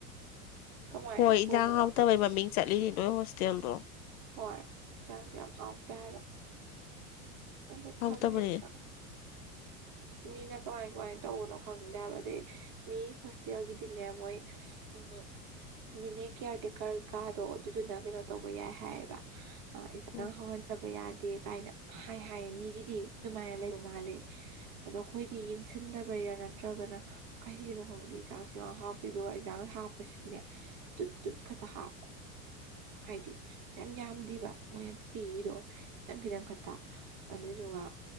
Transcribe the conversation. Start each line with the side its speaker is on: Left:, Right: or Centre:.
Right: ꯀꯃꯥꯏꯅ
Left: ꯍꯣꯏ
Right: ꯊꯣꯡꯕꯅꯣ
Left: ꯏꯟꯖꯥꯡ ꯍꯥꯎꯇꯕꯩ
Right: ꯈꯪꯗꯦ
Left: ꯃꯃꯤꯡ ꯆꯠꯂꯤꯅꯤ ꯅꯣꯏ ꯍꯣꯁꯇꯦꯜꯗꯣ
Right: ꯍꯣꯏ ꯏꯟꯁꯥꯡꯁꯨ ꯌꯥꯝ ꯍꯥꯎꯇꯦ ꯍꯥꯏꯕ ꯑꯗꯨ
Left: ꯍꯥꯎꯇꯕꯅꯦ
Right: ꯈꯪꯗꯦ <unintelligible> ꯃꯤꯅ ꯀꯃꯥꯏ ꯀꯃꯥꯏꯅ ꯇꯧꯕꯅꯣ ꯈꯪꯗꯦꯕ ꯑꯗꯩ ꯃꯤ ꯍꯣꯁꯇꯦꯜꯒꯤꯗꯤꯅꯦ ꯃꯣꯏ ꯎꯝ <unintelligible> ꯅꯤꯅꯦ ꯀꯤꯌꯥꯔ ꯇꯦꯀꯔ ꯀꯥꯗꯣ ꯑꯗꯨꯗꯨꯅ ꯀꯩꯅꯣ ꯇꯧꯕ ꯌꯥꯏ ꯍꯥꯏꯌꯦꯕ ꯏꯟꯁꯥꯡ
Left: ꯎꯝ
Right: ꯍꯧꯍꯟꯗꯕ ꯌꯥꯗꯦ ꯀꯥꯏꯅ ꯍꯥꯏ ꯍꯥꯏꯌꯦ ꯃꯤꯒꯤꯗꯤ ꯑꯗꯨꯃꯥꯏꯅ ꯂꯩꯕ ꯃꯥꯜꯂꯦ ꯑꯗꯣ ꯑꯩꯈꯣꯏꯗꯤ ꯌꯦꯡꯁꯤꯟꯗꯕꯩꯔꯥ ꯅꯠꯇ꯭ꯔꯒꯅ ꯀꯩꯒꯤꯅꯣ ꯈꯪꯗꯦ ꯏꯟꯁꯥꯡꯁꯨ ꯌꯥꯝ ꯍꯥꯎꯇꯦ ꯑꯗꯨꯒ ꯏꯟꯖꯥꯡ ꯍꯥꯞꯄꯁꯨꯅꯦ ꯇꯨꯠ ꯇꯨꯠ ꯈꯛꯇꯥ ꯍꯥꯞꯄ ꯍꯥꯏꯗꯤ ꯌꯥꯝ ꯌꯥꯝꯗꯦꯕ ꯃꯣꯏꯅ ꯄꯤꯔꯤꯗꯣ ꯈꯤꯇꯪ ꯈꯤꯇꯪ ꯈꯛꯇ ꯑꯗꯨꯗꯨꯒ